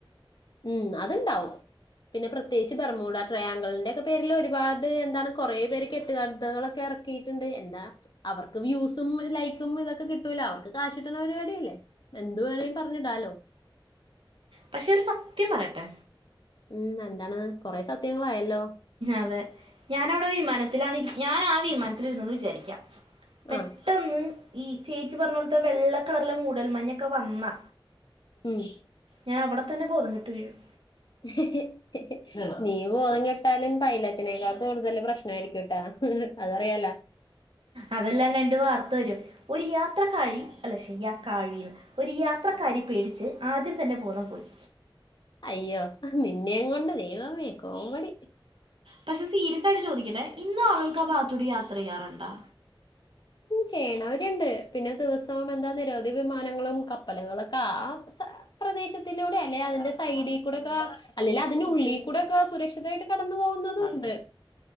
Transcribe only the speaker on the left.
ഉം. അത്ണ്ടാവും. പിന്നെ പ്രത്യേകിച്ച് ബെർമുട ട്രയാങ്കിൾ ൻ്റെ പേരിൽ ഒരുപാട് എന്താണ് കൊറെ പേര് കെട്ടുകഥകളൊക്കെ എറക്കിയിട്ട്ണ്ട്. എന്താ അവർക്കും വ്യൂസും, ലൈക്കും ഇതൊക്കെ കിട്ടൂലൊ. അവർക്ക് കാശിട്ട്ണ പരിപാടിയല്ലേ? എന്തു വേണേ പറഞ്ഞ്ടാലോ
ഉം. നന്താണ് കൊറേ സത്യങ്ങളായല്ലോ?
ആഹ്
മ്
ഹ് ഹ്. നീ ബോധം കെട് റ്റാലിൻ പൈലറ്റിനേക്കാൾ കൂടുതല് പ്രശ്നായിരിക്കൂട്ടാ, അതറിയാലൊ?
അയ്യോ. നിന്നെയുങ്ങൊണ്ട് ദൈവമേ കോമഡി.
ചെയ്യ്ണവര്ണ്ട്. പിന്നെ ദിവസം എന്താ നിരവധി വിമാനങ്ങളും കപ്പലുകളൊക്കെ ആഹ് സ അപ്രദേശത്തിലൂടെ അല്ലെ അതിന്റെ സൈഡികൂടക്കാ അല്ലെലും അതിന്റെ ഉള്ളികൂടൊക്ക സുരക്ഷിതായിട്ട് കടന്ന് പോകുന്നതും ഉണ്ട്